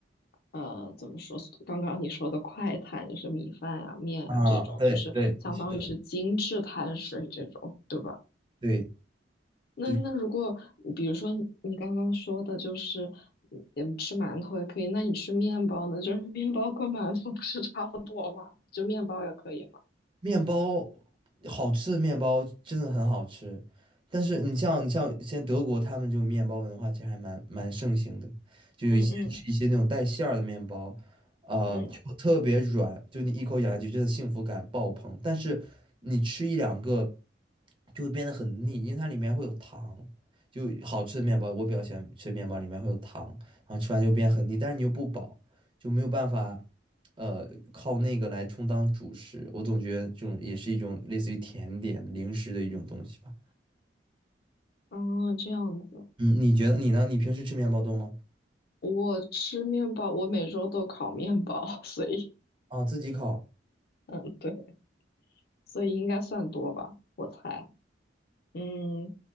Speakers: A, on the left; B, on the right.
A: 呃，怎么说？刚刚你说的快餐，就是米饭啊、面啊这种，
B: 啊，对对是的，
A: 就是相当于是精致碳水这种，对吧？
B: 对，
A: 那那如果比如说你你刚刚说的就是
B: 就是。
A: 嗯吃馒头也可以，那你吃面包呢？<laughs> 就是面包跟馒头不是差不多吗？就面包也可以吗？
B: 面包好吃的面包真的很好吃，但是你像你像现在德国他们就面包文化其实还蛮蛮盛行的，就有一些吃一些那种带馅儿的面包，
A: 嗯嗯
B: 呃，
A: 嗯，
B: 就特别软，就你一口咬下去真的幸福感爆棚，但是你吃一两个就会变得很腻，因为它里面会有糖。就好吃的面包，我比较喜欢吃面包，里面会有糖，然后吃完就变很腻，但是你又不饱，就没有办法。呃，靠那个来充当主食，我总觉得这种也是一种类似于甜点零食的一种东西吧。
A: 哦，这样子。
B: 嗯，你觉得你呢？你平时吃面包多吗？
A: 我吃面包，我每周都烤面包，<laughs> 所以
B: 啊，自己烤
A: 嗯对，所以应该算多吧，我猜。嗯，